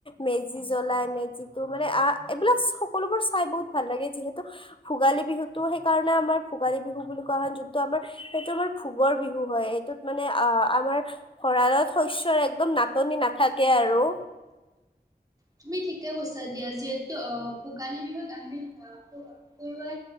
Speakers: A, on the left; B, on the right.
A: মেজি জ্বলাই, মেজিতো মানে এইবিলাক সকলোবোৰ চাই বহুত ভাল লাগে। যিহেতু ভোগালী বিহুটো সেইকাৰণে আমাৰ ভোগালী বিহু বুলি কোৱা হয়। যোনটো আমাৰ সেইটো আমাৰ ভোগৰ বিহু হয়, এইটোত মানে আ আমাৰ ভৰালত শস্যৰ একদম নাটনি নাথাকে আৰু।
B: তুমি ঠিকে কৈছা দিয়া। যিহেতু আহ ভোগালী বিহুত আমি আহ, <unintelligible>